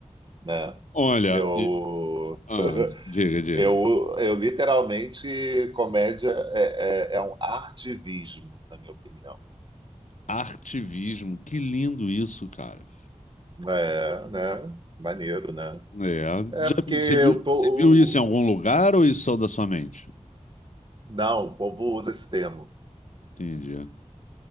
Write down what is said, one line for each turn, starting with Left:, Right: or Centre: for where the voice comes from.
Right: né?
Left: olha,
Right: Eu,
Left: e- ah,
Right: <laughs>
Left: diga, diga.
Right: eu, eu literalmente, comédia é, é é um artivismo, na minha opinião.
Left: Artivismo, que lindo isso, cara.
Right: É, né? Maneiro, né?
Left: É,
Right: É
Left: já
Right: porque
Left: vi- você viu,
Right: o povo.
Left: você viu isso em algum lugar ou isso só da sua mente?
Right: Não, o povo usa esse termo.
Left: Entendi.